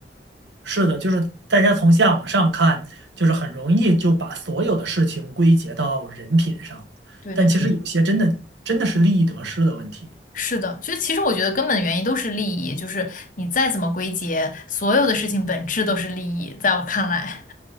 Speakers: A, on the right; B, on the left.
A: 是的，就是大家从下往上看，就是很容易就把所有的事情归结到人品上，
B: 对对对，
A: 但其实有些真的真的是利益得失的问题。
B: 是的，所以其实我觉得根本原因都是利益，就是你再怎么归结，所有的事情本质都是利益，在我看来。